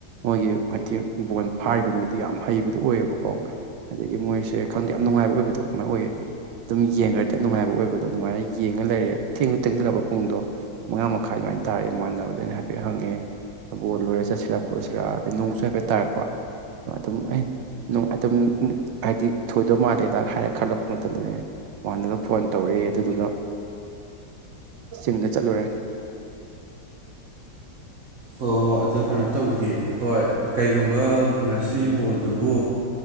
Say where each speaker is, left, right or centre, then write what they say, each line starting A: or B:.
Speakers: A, on the right; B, on the right.
A: ꯃꯣꯏꯒꯤ ꯍꯥꯏꯗꯤꯤ ꯕꯣꯟ ꯐꯥꯔꯤꯕ ꯃꯤꯗꯨ ꯌꯥꯝ ꯍꯩꯕꯗꯨ ꯑꯣꯏꯌꯦꯕꯀꯣ ꯑꯗꯒꯤ ꯃꯣꯏꯁꯦ ꯈꯪꯗꯦ ꯌꯥꯝ ꯅꯨꯡꯉꯥꯏꯕ ꯑꯣꯏꯕꯗꯣ ꯑꯃ ꯑꯣꯏꯌꯦ ꯑꯗꯨꯝ ꯌꯦꯡꯈ꯭ꯔꯗꯤ ꯌꯥꯝ ꯅꯨꯡꯉꯥꯏꯕ ꯑꯣꯏꯕꯗꯣ ꯑꯗꯨꯃꯥꯏꯅ ꯌꯦꯡꯉ ꯂꯩꯔꯦ ꯊꯦꯡꯨ ꯊꯦꯡꯖꯤꯜꯂꯛꯕ ꯄꯨꯡꯗꯣ ꯃꯉꯥ ꯃꯈꯥꯏ ꯑꯗꯨꯃꯥꯏꯅ ꯇꯥꯔꯦ ꯃꯥꯟꯅꯕꯗ ꯑꯩꯅ ꯍꯥꯏꯐꯦꯠ ꯍꯪꯉꯦ꯫ ꯕꯣꯜ ꯂꯣꯏꯔ ꯆꯠꯁꯤꯔꯥ ꯈꯣꯠꯁꯤꯔꯥ ꯑꯗꯩ ꯅꯣꯡꯁꯨ ꯍꯥꯏꯐꯦꯠ ꯇꯥꯔꯛꯄ ꯑꯗꯨꯝ ꯑꯩꯅ꯫ ꯅꯣꯡ ꯑꯗꯨꯝ ꯍꯥꯏꯗꯤ ꯊꯣꯏꯗꯧ ꯃꯥꯜꯂꯦꯗ ꯍꯥꯏꯔꯦ ꯈꯜꯂꯛꯄ ꯃꯇꯝꯗꯅꯤꯅꯦ꯫ ꯋꯥꯗꯒ ꯐꯣꯟ ꯇꯧꯔꯦ ꯑꯗꯨꯗꯨꯒ ꯆꯤꯡꯗ ꯆꯠꯂꯨꯔꯦ꯫
B: ꯑꯣ ꯑꯗꯨ ꯀꯩꯅꯣ ꯇꯧꯗꯦ ꯍꯣꯏ ꯀꯩꯒꯨꯝꯕ ꯉꯁꯤ ꯕꯣꯜꯗꯨꯕꯨ꫰꫰